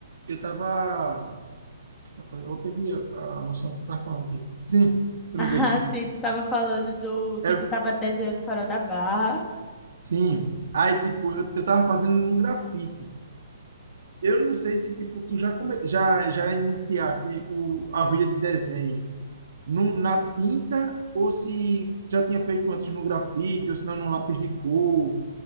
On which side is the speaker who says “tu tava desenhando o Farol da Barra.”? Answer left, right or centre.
Left